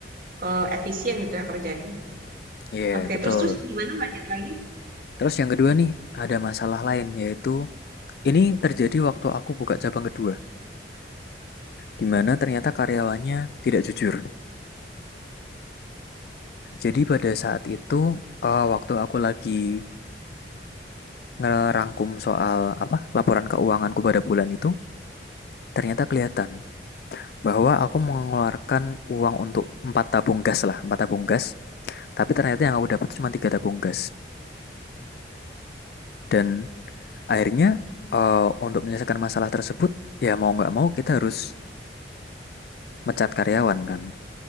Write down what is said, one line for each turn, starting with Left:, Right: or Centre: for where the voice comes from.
Right: eh, efisien gitu ya kerjanya.
Left: iya
Right: Oke,
Left: betul.
Right: terus terus gimana lanjut lagi?
Left: Terus yang kedua nih, ada masalah lain yaitu ini terjadi waktu aku buka cabang kedua, di mana ternyata karyawannya tidak jujur. Jadi pada saat itu, eh, waktu aku lagi ngerangkum soal apa laporan keuanganku pada bulan itu, ternyata kelihatan bahwa aku mengeluarkan uang untuk empat tabung gas lah, empat tabung gas. Tapi ternyata yang aku dapat cuma tiga tabung gas. Dan akhirnya eh, untuk menyelesaikan masalah tersebut, ya mau nggak mau kita harus mecat karyawan kan.